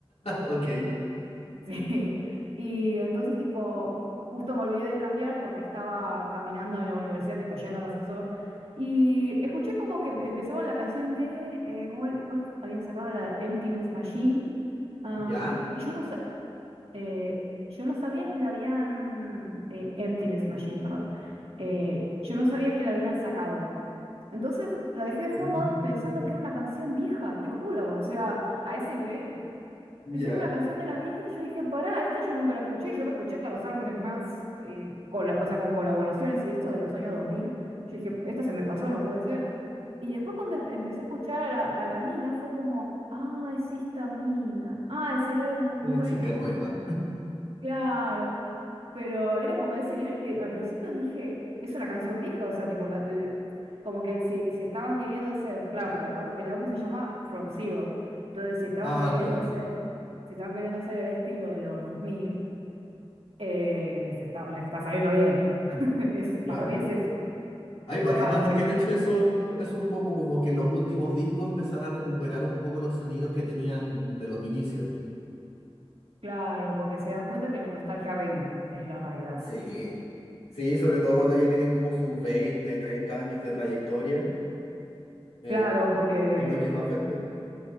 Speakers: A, on the left (about 85°); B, on the right (about 70°).
A: Ok.
B: <laughs> Sí. Y entonces, tipo, justo me olvidé de cambiar porque estaba caminando en la universidad, tipo, yendo al ascensor. Y escuché como que empezaba la canción de, eh, ¿cómo el- cuál habían sacado? La de Emptiness Machine. Ah,
A: ¿Ya?
B: y yo no, sa- eh, yo no sabía que la habían, eh, Emptiness Machine, perdón. Eh, yo no sabía que la habían sacado. Entonces la dejé de fondo
A: Mm,
B: pensando que era una canción vieja, te juro. O sea, a ese nivel.
A: ya.
B: Pensé que era una canción de las viejas y yo dije, pará, esta yo nunca la escuché y yo me escuché hasta los álbumes más, eh, cola- o sea, con colaboraciones y esto de los años dos mil Yo dije, esta se me pasó, no puede ser. Y después cuando em- empecé a escuchar a la, a la mina fue como, ah, es esta mina, ah, es el álbum
A: Es
B: nuevo.
A: la chica nueva.
B: Claro. Pero era como de ese nivel que al principio dije, es una canción vieja, o sea, tipo, la- el- como que si, si estaban queriendo hacer, claro, porque el, ar- el álbum se llama From Zero, entonces si estaban
A: Ah,
B: queriendo
A: claro,
B: hacer, si estaban queriendo hacer el estilo de los 2000, eh, les está, les está saliendo bien. <laughs> Es,
A: claro.
B: para mí es eso.
A: Hay varias
B: Va,
A: bandas
B: no sé
A: que
B: qué
A: han
B: opinas.
A: hecho eso,
B: vos.
A: es un poco como que los últimos discos empezar a recuperar un poco los sonidos que tenían de los inicios.
B: Claro, porque se dan cuenta que la nostalgia vende, es la realidad.
A: Sí, Sí, sobre todo cuando ya tienen como sus 20 30 años de trayectoria, eh,
B: Claro, porque
A: es lo que más vende.